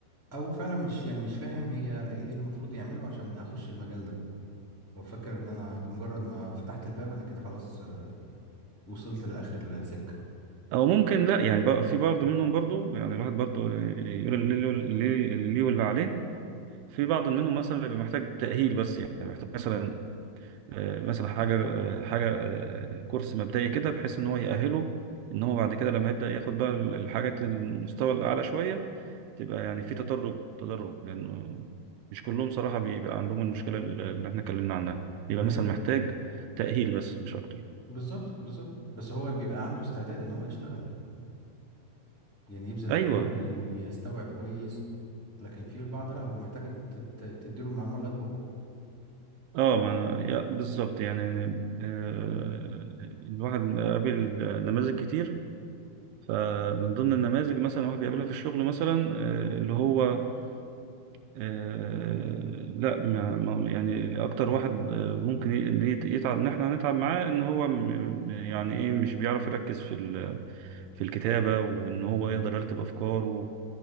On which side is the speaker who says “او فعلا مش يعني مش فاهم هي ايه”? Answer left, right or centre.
Centre